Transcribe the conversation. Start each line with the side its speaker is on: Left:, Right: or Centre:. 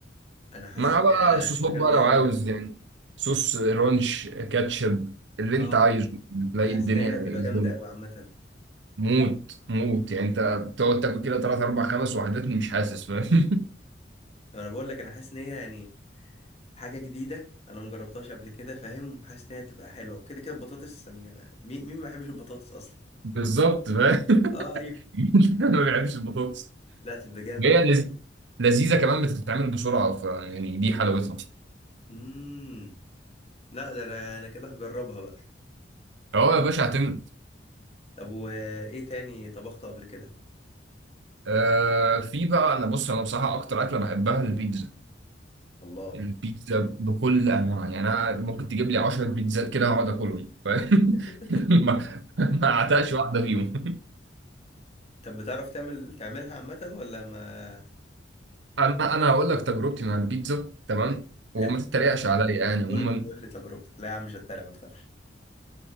Left: انا حاسس
Right: مع بقى
Left: انها
Right: صوصات
Left: هتبقى جامدة
Right: بقى لو
Left: قوي
Right: عاوز يعني صوص رانش كاتشب اللي انت
Left: اه
Right: عايزه تلاقي
Left: انا حاسس
Right: الدنيا
Left: ان هي هتبقى
Right: قدامك.
Left: جامده قوي عامه
Right: موت موت يعني انت بتقعد تاكل كده ثلاث اربع خمس وحدات مش حاسس فاهم
Left: انا بقول لك انا حاسس ان هي يعني حاجه جديده انا مجربتهاش قبل كده فاهم وحاسس ان هي هتبقى حلوه وكده كده البطاطس يعني مين مين ما بيحبش البطاطس اصلا
Right: <laughs> بالظبط فاهم
Left: اه
Right: <laughs>
Left: ايوه
Right: انا ما بحبش البطاطس
Left: لا تبقى جامد
Right: هي
Left: ده
Right: لذ- لذيذه كمان بتتعمل بسرعه ف يعني دي حلاوتها
Left: امم لا ده انا انا كده هجربها بقى
Right: اه يا باشا اعتمد
Left: طب وايه تاني طبخته قبل كده
Right: آه في بقى انا بص انا بصراحه اكتر اكله بحبها البيتزا
Left: الله
Right: البيتزا بكل انواع يعني انا ممكن تجيب لي 10 بيتزات كده اقعد اكلهم فاهم
Left: <laughs>
Right: <laughs> ما ما اعتقش واحده فيهم
Left: طب بتعرف تعمل تعملها عامه ولا ما
Right: انا انا هقول لك تجربتي مع البيتزا تمام وما
Left: حلو
Right: تتريقش عليا يعني عموما
Left: قول قول لي
Right: <laughs>
Left: تجربتك لا يا عم مش هتريق ما تخافش